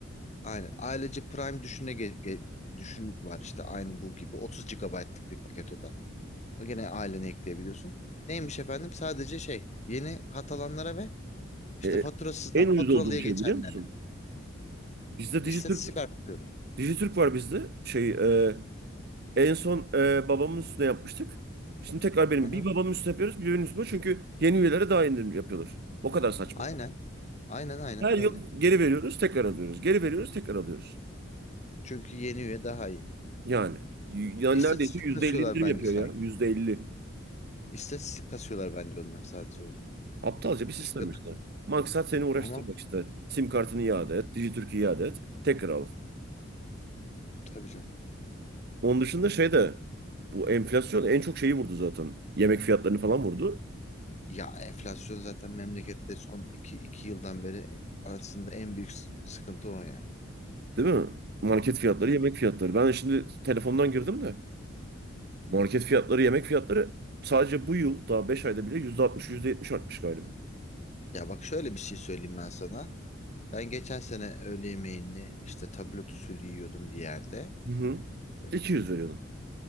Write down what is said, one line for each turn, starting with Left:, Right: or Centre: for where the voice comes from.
Left: Aynen. Ailece Prime düşüne ge- ge- düşün var işte aynı bu gibi 30 gigabaytlık bir paket o da. O gene ailene ekleyebiliyorsun. Neymiş efendim? Sadece şey yeni hat alanlara ve işte
Right: E,
Left: faturasızdan
Right: en ucuz
Left: faturalıya
Right: olduğum
Left: geçenlere.
Right: şey biliyor musun? Bizde
Left: İstatistik
Right: Dijitürk,
Left: artırıyorum.
Right: Dijitürk var bizde. Şey, e, En son e, babamın üstüne yapmıştık. Şimdi tekrar benim.
Left: Hı hı.
Right: Bir babamın üstüne yapıyoruz, bir benim üstüme. Çünkü yeni üyelere daha indirim yapıyorlar. O kadar saçma.
Left: Aynen. Aynen aynen
Right: Her
Left: öyle.
Right: yıl geri veriyoruz, tekrar alıyoruz. Geri veriyoruz, tekrar alıyoruz.
Left: Çünkü yeni üye daha iyi.
Right: Yani. Y- Yani
Left: İstatistik
Right: neredeyse yüzde
Left: kasıyorlar
Right: elli indirim
Left: bence
Right: yapıyor
Left: sanki.
Right: ya. Yüzde elli.
Left: İstatistik kasıyorlar bence onlar sadece orada.
Right: Aptalca bir
Left: Şu
Right: sistem
Left: kadar.
Right: işte. Maksat seni uğraştırmak
Left: Ama
Right: işte. Sim kartını iade et, Dijitürk'ü iade et, tekrar al.
Left: tabii canım.
Right: Onun dışında şey de bu enflasyon en çok şeyi vurdu zaten. Yemek fiyatlarını falan vurdu.
Left: Ya enflasyon zaten memlekette son iki iki yıldan beri aslında en büyük s- sıkıntı o yani.
Right: Değil mi? Market fiyatları,
Left: Evet.
Right: yemek fiyatları. Ben şimdi telefondan girdim de. Market fiyatları, yemek fiyatları sadece bu yıl daha 5 ayda bile yüzde altmış yüzde yetmiş artmış galiba.
Left: Ya bak şöyle bir şey söyleyeyim ben sana. Ben geçen sene öğle yemeğini işte tablet usulü yiyordum bir yerde.
Right: Hı hı.
Left: Ee,
Right: 200 veriyordun.